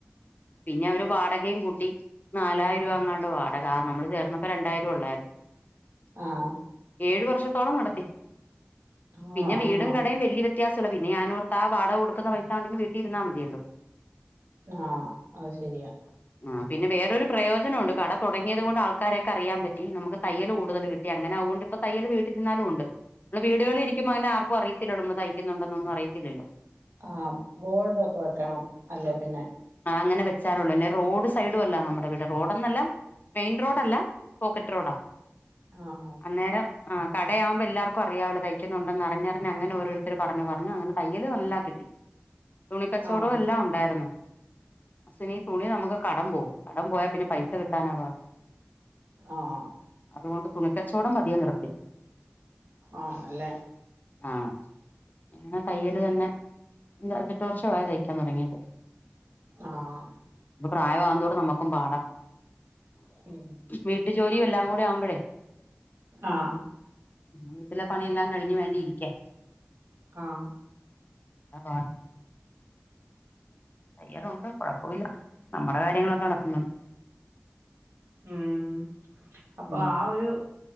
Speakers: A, on the left (about 40°); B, on the right (about 80°).
A: പിന്നെ അവര് വാടകേം കൂട്ടി നാലായിരം രൂപ അങ്ങാണ്ടാ വാടകാ നമ്മള് ചേർന്നപ്പോ രണ്ടായിരം ഒള്ളായ്രുന്നു
B: ആഹ്
A: ഏഴു വർഷത്തോളം നടത്തി
B: ആണോ
A: പിന്നെ വീടും
B: ആഹ്
A: കടേം വലിയ വ്യത്യാസല്ല പിന്നെ ഞാനോർത്താ വാടക കൊടുക്കുന്ന പൈസണ്ടെങ്കി വീട്ടിൽരുന്നാ മതിയല്ലോ
B: ആഹ് അത് ശെരിയാ
A: ആഹ് പിന്നെ വേറൊരു പ്രയോജനം ഒണ്ട് കട തുടങ്ങിയത് കൊണ്ട് ആൾക്കാരൊക്കെ അറിയാൻ പറ്റി നമുക്ക് തയ്യല് കൂടുതല് കിട്ട ട്ടി അങ്ങനെ അവൊണ്ട് ഇപ്പൊ തയ്യല് വീട്ടില് നിന്നാലും ഉണ്ട് നമ്മ വീടുകളിലിരിക്കാ ക്കുമ്പം അങ്ങനെ ആർക്കും അറിയത്തില്ലല്ലൊ നമ്മള് തയ്ക്കുന്നുണ്ടോന്നും അറിയത്തില്ലല്ലോ
B: ആഹ് ബോർഡൊക്കെ വെക്കണം അല്ലേ പിന്നെ
A: ആഹ് അങ്ങനെ വെച്ചാലൊള്ളൂ ന്നെ റോഡ് സൈഡും അല്ല നമ്മളെ വീട് റോഡ്ന്നല്ല മെയിൻ റോഡല്ല പോക്കറ്റ് റോഡാ
B: ആണോ
A: അന്നേരം ആഹ് കടയാവുമ്പോ എല്ലാർക്കും അറിയാവല്ലോ തയ് ക്കുന്നുണ്ടെന്നറിഞ്ഞറിഞ് അങ്ങനെ ഓരോരുത്തര് പറഞ്ഞു പറഞ്ഞു അങ്ങനെ തയ്യല് നല്ലാ കിട്ടി തുണിക്കച്ചോടോം
B: ആഹ്
A: എല്ലാം ഒണ്ടായിരുന്നു അശ്വനി തുണി നമുക്ക് കടം പോകും കടം പോയാ പിന്നെ പൈസ കിട്ടാനാ പാട്
B: ആഹ്
A: അതുകൊണ്ട് തുണിക്കച്ചവടം പതിയെ നിർത്തി
B: ആണല്ലേ
A: ആഹ് അങ്ങനെ തയ്യല് തന്നെ അഞ്ച് എട്ട് വർഷം ആയി തയ്ക്കാൻ തുടങ്ങിയിട്ട്
B: ആഹ്
A: ഇപ്പൊ പ്രായമാവും തോറും നമുക്കും പാടാ
B: ഉം
A: വീട്ടു ജോലിയും എല്ലാം കൂടെ ആവുമ്പഴേ
B: ആഹ്
A: വീട്ടിലെ പണിയെല്ലാം കഴിഞ്ഞ് വേണ്ടേ ഇരിക്കാൻ
B: ആഹ്
A: ആ <unintelligible> തയ്യലുണ്ട് കൊഴപ്പവില്ല നമ്മുടെ കാര്യങ്ങളൊക്കെ നടക്ക്ന്നുണ്ട്
B: ഉം അപ്പൊ
A: ഉം
B: ആ ഒരു